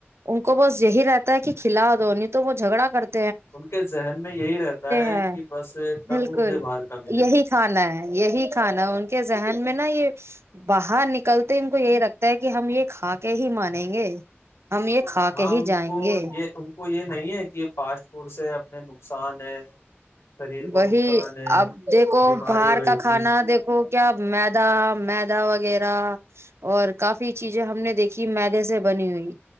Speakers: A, on the right (about 80°); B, on the left (about 80°).
A: ان کو بس یہی رہتا ہے کہ کھلا دو نہیں تو وہ جھگڑا کرتا
B: ان کے ذہن میں یہی رہتا ہے
A: ہیں
B: کہ بس کب
A: بالکل
B: مجھے باہر کم
A: یہی کھانا ہے یہی کھانا ان کے ذہن میں نا یہ باہر نکلتے ان کو یہی لگتا ہے کہ ہم یہ کھا کے ہی مانیں گے ہم یہ کھا
B: ہاں
A: کے ہی
B: ان
A: جائیں
B: کو
A: گے
B: یہ ان کو یہ نہیں ہے کہ فاسٹ فوڈ سے اپنے نقصان ہے شریر کو
A: وہی
B: نقصان ہے
A: اب دیکھو
B: بیماری
A: باہر
B: ہوئے
A: کا
B: گی
A: کھانا دیکھو کیا میدا میدا وغیرہ اور کافی چیزیں ہم نے دیکھی میدے سے بنی ہوئی